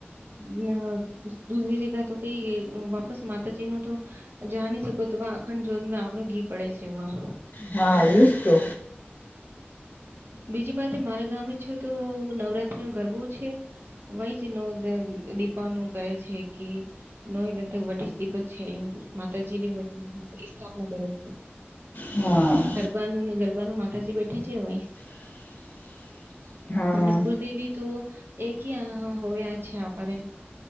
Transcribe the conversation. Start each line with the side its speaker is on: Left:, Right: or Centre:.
Right: <inaudible> દુધરી ને તો કઈ વાપસ માતાજી નું તો જા ન શકો તો અખંડ જોત મેં આવુ ગી પડે છે વા
Left: હા એજ તો
Right: બીજી વાતે મારા ગામે છે તો નવરાત્રી ન ગરબો છે વહી જ ન દીપાનું કરે છે કે નોઈક વટી જ દીપક છે અ માતાજી ઈ સ્થાપના કરે છે
Left: હા.
Right: ગરબાનું ગરબાનું માતાજી બેઠે વહી
Left: <inaudible> હા
Right: અને કુલદેવી તો એ ક હી હોવે છે આપરે